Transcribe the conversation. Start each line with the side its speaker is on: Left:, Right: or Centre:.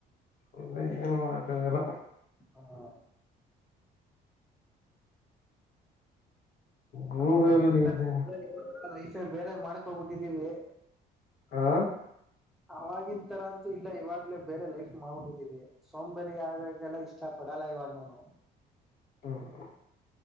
Left: ಅ ಏನು ಮಾಡೋಕೆ ಆಗಲ್ಲ
Centre: ಹಾ
Left: ಗೂಗಲ್
Centre: ಅವೆಂತಸ
Left: ಇದೆ
Centre: ಬೇರೆ ಮಾಡಕ್ ಹೋಗ್ಬಿಟ್ಟಿದ್ದೀವಿ
Left: ಹಾ
Centre: ಆವಾಗಿನ ತರ ಅಂತೂ ಇಲ್ಲ ಇವಾಗ್ಲೇ ಬೇರೆ ಲೈಫ್ ಮಾಡಿದೀವಿ ಸೋಂಬಾರಿ ಆಗಾಗೆಲ್ಲ ಇಷ್ಟ ಪಡ್ ಮಾಡಡಲ್ಲ ಇವಾಗ ನಾನು
Left: ಹ್ಮ್ ಹ್ಮ್